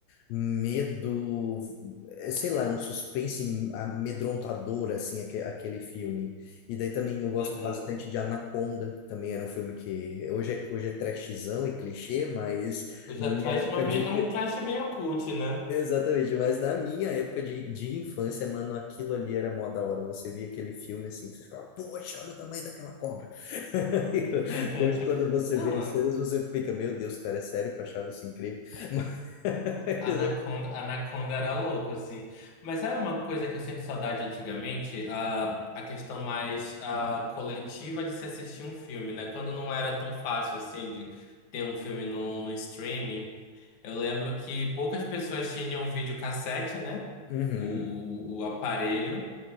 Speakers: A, on the left (about 80°); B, on the left (about 55°).
A: medo, eh, sei lá, é um suspense amedrontador, assim, aque- aquele filme. E daí também eu gosto
B: aham.
A: bastante de Anaconda, também era um filme que hoje é, hoje é trashzão e clichê, mas
B: o já
A: na minha
B: trash,
A: época
B: mas me-
A: de,
B: é um trash meio cult, né?
A: Exatamente, mas na minha época de, de infância, mano, aquilo ali era mó da hora. Você via aquele filme assim, você ficava, poxa, olha o tamanho daquela cobra. <laughs>
B: <laughs>
A: Hoje, quando você
B: Não,
A: vê as cenas, você fica, meu Deus, cara, é sério que eu achava isso incrível. <laughs> Mas,
B: Anaconda, Anaconda era louco, assim. Mas sabe uma coisa que eu sinto saudade antigamente? A, a questão mais ah, coletiva de se assistir um filme, né? Quando não era tão fácil, assim, de ter um filme no, no streaming. Eu lembro que poucas pessoas tinham videocassete, né?
A: uhum.
B: O, o aparelho.